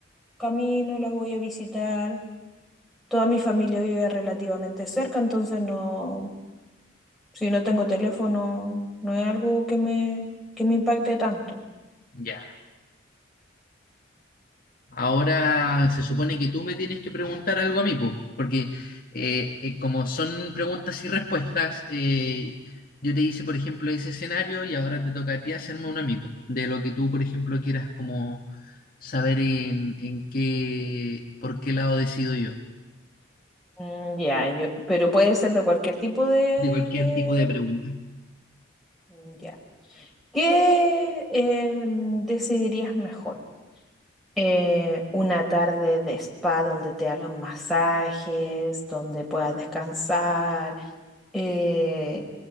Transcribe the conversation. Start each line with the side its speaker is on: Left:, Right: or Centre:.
Centre: camino, la voy a visitar. Toda mi familia vive relativamente cerca, entonces no. Si no tengo teléfono, no es algo que me, que me impacte tanto.
Left: Ya. Ahora se supone que tú me tienes que preguntar algo a mí, pues, porque eh, eh, como son preguntas y respuestas, eh, yo te hice, por ejemplo, ese escenario y ahora te toca a ti hacerme un amigo de lo que tú, por ejemplo, quieras como saber en, en qué, por qué lado decido yo,
Centre: Mm, Ya, yo, pero puede ser de cualquier tipo de,
Left: de cualquier
Centre: de-
Left: tipo de pregunta.
Centre: mm, ya. ¿Qué em, decidirías mejor? Eh, una tarde de spa donde te hagan masajes, donde puedas descansar, eh,